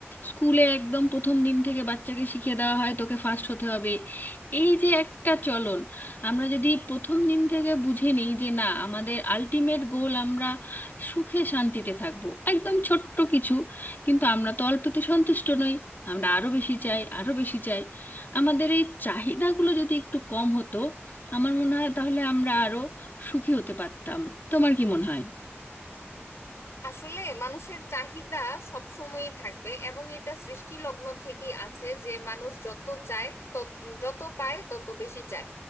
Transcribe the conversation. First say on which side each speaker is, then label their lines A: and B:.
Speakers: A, on the left; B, on the left.
A: স্কুলে একদম প্রথম দিন থেকে বাচ্চাকে শিখিয়ে দেওয়া হয় তোকে ফার্স্ট হতে হবে এই যে একটা চলন আমরা যদি প্রথম দিন থেকে বুঝে নিই যে না আমাদের আলটিমেট গোল আমরা সুখে শান্তিতে থাকব একদম ছোট্ট কিছু কিন্তু আমরা তো অল্পতে সন্তুষ্ট নই আমরা আরো বেশি চাই আরো বেশি চাই আমাদের এই চাহিদাগুলো যদি একটু কম হতো আমার মনে হয় তাহলে আমরা আরো সুখী হতে পারতাম তোমার কি মনে হয়
B: আসলে মানুষের চাহিদা সব সময়ই থাকবে এবং এটা সৃষ্টি লগ্ন থেকেই আছে যে মানুষ যত চায় তত যত পায় তত বেশি চায়